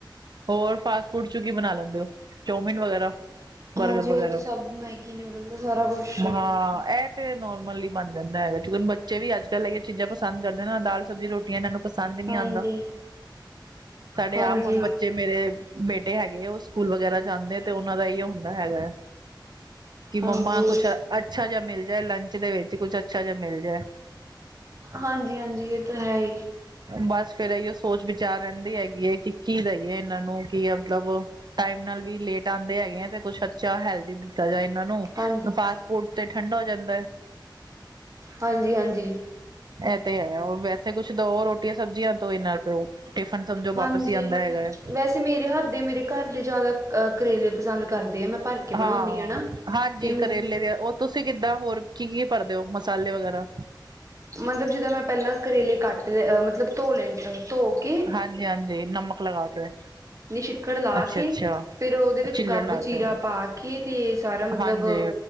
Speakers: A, on the right; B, on the right.
A: ਹੋਰ ਫਾਸਟ ਫੂਡ ਚ, ਕੀ ਬਣਾ ਲੈਂਦੇ ਹੋ ਚੌਮਿਨ, ਵਗੈਰਾ? ਬਰਗਰ,
B: ਹਾਂਜੀ
A: ਵਗੈਰਾ
B: ਉਹ ਤਾਂ ਸਭ ਮੈਗੀ ਨੂਡਲ ਦਾ ਸਾਰਾ ਕੁਛ
A: ਹਾਂ ਤੇ ਨੋਰਮਲੀ ਬਣ ਜਾਂਦਾ ਹੈਗਾ, ਕੀ ਬੱਚੇ ਵੀ ਅੱਜ ਕੱਲ ਇਹੀ ਚੀਜ਼ਾਂ ਪਸੰਦ ਕਰਦੇ, ਨਾਲ ਦਾਲ ਸਬਜ਼ੀ ਰੋਟੀ ਇਹਨਾਂ ਨੂੰ ਪਸੰਦ ਹੀ
B: ਹਾਂਜੀ
A: ਨਹੀ ਆਉਂਦਾ, ਸਾਡੇ
B: ਹਾਂਜੀ
A: ਆਪ ਹੁਣ ਮੇਰੇ ਬੇਟੇ ਹੈਗੇ, ਉਹ ਸਕੂਲ ਵਗੈਰਾ ਜਾਂਦੇ, ਤੇ ਉਹਨਾਂ ਦਾ ਹੁੰਦਾ ਹੈਗਾ ਕਿ
B: ਹਾਂਜੀ
A: ਮੰਮਾ ਕੁਛ ਅੱਛਾ ਜਿਹਾ, ਮਿਲ ਜਾਏ ਲੰਚ ਦੇ ਵਿੱਚ, ਕੁਛ ਅੱਛਾ ਜਿਹਾ ਮਿਲ ਜਾਏ
B: ਹਾਂਜੀ-ਹਾਂਜੀ, ਇਹ ਤਾਂ ਹੈ ਈ।
A: ਬਸ ਫੇਰ ਏਈਓ ਸੋਚ ਵਿਚਾਰ ਰਹਿੰਦੀ ਹੈਗੀ ਏ ਕਿ ਕੀ ਦਈਏ ਇਹਨਾਂ ਨੂੰ ਕੀ ਮਤਲਬ ਟਾਈਮ ਨਾਲ ਵੀ ਲੇਟ ਆਂਦੇ ਹੈਗੇ ਐ ਤੇ ਕੁੱਛ ਅੱਛਾ ਹੈਲਦੀ ਤਾਜਾ ਇਹਨਾਂ ਨੂੰ,
B: ਹਾਂਜੀ
A: ਫਾਸਟ ਫੂਡ ਤੇ ਠੰਡਾ ਹੋ ਜਾਂਦਾ ਏ
B: ਹਾਂਜੀ- ਹਾਂਜੀ।
A: ਇਹ ਤੇ ਹੈ, ਉਹ ਵੈਸੇ ਕੁਛ ਦੋ ਰੋਟੀ ਰੋਟੀਆ ਸਬਜ਼ੀਆਂ ਤੋਂ, ਇੰਨਾ ਪਓ ਟਿਫਨ ਸਮਝੋ
B: ਹਾਂਜੀ
A: ਵਾਪਸ ਹੀ ਆਉਂਦਾ ਹੈਗਾ ਹੈ
B: ਵੈਸੇ ਮੇਰੇ ਹੱਥ ਦੇ, ਮੇਰੇ ਘਰ ਦੇ ਜਿਆਦਾ ਅਹ ਕਰੇਲੇ ਪਸੰਦ, ਕਰਦੇ ਆ ਮੈਂ ਭਰ ਕੇ
A: ਹਾਂ,
B: ਬਣਾਉਂਦੀ ਨਾ
A: ਹਾਂਜੀ
B: ਤੇ
A: ਕਰੇਲੇ ਦੇ ਤੁਸੀਂ ਕਿੱਦਾਂ ਹੋਰ ਕੀ ਕੀ ਭਰਦੇ ਹੋ, ਮਸਾਲੇ ਵਗੈਰਾ
B: ਮਤਲਬ ਜਿੱਦਾਂ ਮੈਂ ਪਹਿਲਾਂ ਕਰੇਲੇ, ਕੱਟ ਲ ਮਤਲਬ ਧੋ ਲੈ ਧੋ ਕੇ
A: ਹਾਂਜੀ ਹਾਂਜੀ ਨਮਕ ਲਗਾ ਕੇ
B: ਛਿੱਕੜ ਲਾ
A: ਅੱਛਾ
B: ਕੇ
A: ਅੱਛਾ
B: ਫ਼ਿਰ ਉਹਦੇ ਵਿੱਚ
A: ਚਿੱਲੜ
B: ਗੱਬ
A: ਲਾ
B: ਚੀਰਾ
A: ਕੇ
B: ਪਾ ਕੇ ਤੇ ਸਾਰਾ ਮਤਲਬ
A: ਹਾਂਜੀ